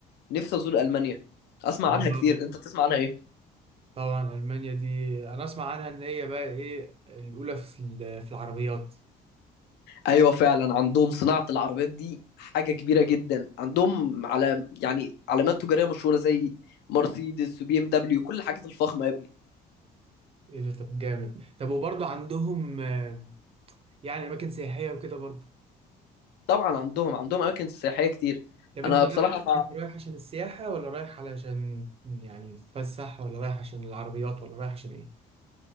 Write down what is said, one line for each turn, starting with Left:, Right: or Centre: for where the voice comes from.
Left: نفسي ازور المانيا اسمع
Right: طبعا
Left: عنها كتير انت بتسمع عنها ايه
Right: طبعاً المانيا دي انا اسمع عنها ان هي بقى ايه الاولى في ال- في العربيات
Left: ايوه فعلا عندهم صناعه العربيات دي حاجه كبيره جدا عندهم على يعني علامات تجاريه مشهوره زي مرسيدس وبي ام دبليو كل الحاجات الفخمه يا ابني
Right: ايه ده طب جامد طب وبرضه عندهم آه، يعني اماكن سياحيه وكده برضه
Left: طبعا عندهم عندهم اماكن سياحيه كتير
Right: طب
Left: انا
Right: انت رايح
Left: بصراحه
Right: انت رايح عشان السياحة ولا رايح علشان يعني تتفسح ولا رايح عشان العربيات ولا رايح عشان ايه؟